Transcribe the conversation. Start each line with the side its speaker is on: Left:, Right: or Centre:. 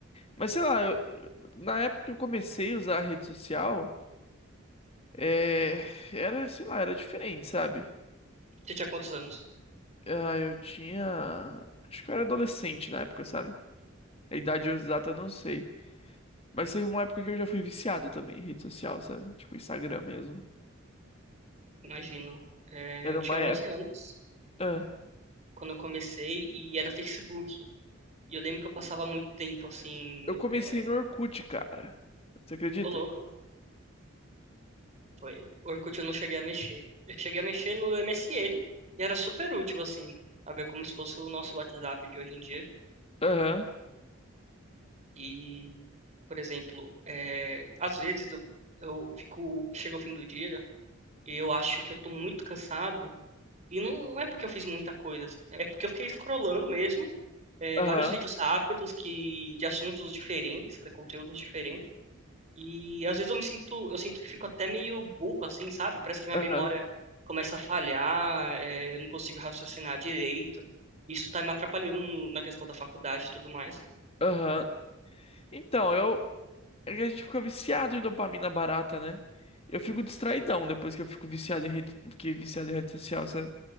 Left: Mas sei lá, eu- na época que eu comecei a usar a rede social, é, era, sei lá, era diferente, sabe?
Right: Você tinha quantos anos?
Left: Ah, eu tinha. Acho que eu era adolescente na época, sabe? A idade exata eu não sei. Mas teve uma época que eu já fui viciado também em rede social, sabe? Tipo, Instagram mesmo.
Right: Imagino. É,
Left: Era
Right: eu tinha
Left: uma
Right: 11 anos
Left: época.
Right: quando eu comecei e era Facebook. E eu lembro que eu passava muito tempo assim.
Left: Eu comecei
Right: É...
Left: no Orkut, cara. Você acredita?
Right: Ô, louco, foi. Orkut eu não cheguei a mexer. Eu cheguei a mexer no MSN e era super útil, assim. Sabe? É Como se fosse o nosso WhatsApp de hoje em dia.
Left: Aham,
Right: E, por exemplo, é, às vezes eu, eu fico, chega ao fim do dia e eu acho que eu tô muito cansado. E não é porque eu fiz muita coisa, é porque eu fiquei scrollando mesmo, é,
Left: aham,
Right: vários vídeos rápidos que de assuntos diferentes, né, conteúdos diferentes. E às vezes eu me sinto, eu sinto que fico até meio burro assim, sabe? Parece que minha
Left: aham,
Right: memória começa a falhar, é, eu não consigo raciocinar direito. Isso tá me atrapalhando no- na questão da faculdade e tudo mais.
Left: aham. Então, eu. é que A gente fica viciado em dopamina barata, né? Eu fico distraidão depois que eu fico viciado em rede, fiquei viciado em rede social, sabe?